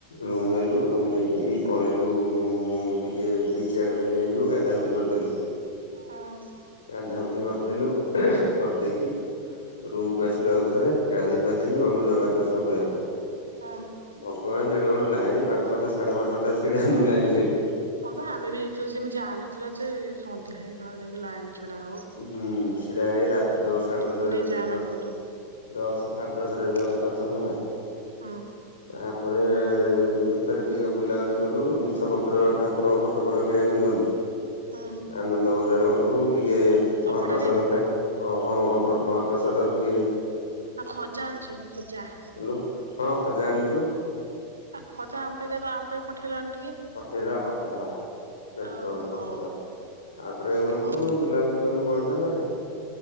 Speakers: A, on the left; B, on the right.
A: ରୁମ ନେଲୁ ରୁମ ନେଇକି ପଳେଇଲୁ ଟିକେ ବିଚ୍ ଆଡ଼େ ବୁଲି ଆଇଲୁ ଗାଧା ଗୁଧି କରିଦେଲୁ।
B: ହଁ।
A: ଗାଧା ଗୁଧି କରିଦେଲୁ କରିଦେଇକି ରୁମକୁୁ ଆସିଲଥରେ ଗାଧୋଇ ଫାଧେଇକି ଗଲୁ ଜଗା ଦର୍ଶନ କରିବା ପାଇଁ।
B: ହଁ।
A: ଭଗବାନ ଯେଡ଼େ ବଡ ଲାଇନି ପାଞ୍ଚ ଘଣ୍ଟା ସାଢେ ପାଞ୍ଚ ଘଣ୍ଟା ଛିଡ଼ା ହେଲୁ ଲାଇନରେ।
B: ହଁବା ଆମେ ବି ଯାଇଥିଲୁ ସେମିତି ଯାମ ଥିଲା ଯେ ସନ୍ଧ୍ୟା ହେଇଗଲା ନେଇକି ଲାଇନ ଛିଡା ହଉ।
A: ଉହୁଁ ଛିଡା ହେଇ ରାତି ଦଶ ସାଢେ
B: ପୁରୀ
A: ଦଶ <unintelligible>
B: ଜାମେ ବହୁତ
A: ଦଶ ସାଢ଼େ ଦଶ ରେ ଜଗା ଦର୍ଶନ ହେଲା।
B: ହଁ।
A: ଆପରେ ଭିତରେ ଟିକେ ବୁଲାବୁଲି କଲୁ ଜିନିଷ ପତ୍ର ଠାକୁରଙ୍କ ଫଟୋ ଫଟ କିଣା କିିଣି କଲୁ
B: ହୁଁ
A: ଆନନ୍ଦ ବଜାର ଗଲୁ ଟିକେ ମହାପ୍ରସାଦ
B: ଅବଢା ଖାଇଲ
A: ଖାଇ
B: ନା?
A: ଓ ହଁ ମହା ମହାପ୍ରସାଦ ଟିକେ
B: ଆ ଖଜା ଆଣିଛନି ଖଜା?
A: ହ୍ୟାଲୋ ହଁ ଖଜା ଆଣିଚୁ।
B: ଆ ଖଜା ଆମ ପାଇଁ ଦେଗ ଆମ ପାଇଁ ପଠେଇଲନି ଟିକେ।
A: ପଠେଇବା ପଠେଇଦବା। ବେସ୍ତ
B: ଓହୋ
A: ହୁଅନା ପଠେଇଦବା। ତାପରେ ଗଲୁ
B: ହଁ
A: ବୁଲାବୁଲି କଲୁ ବଡଦାଣ୍ଡରେ।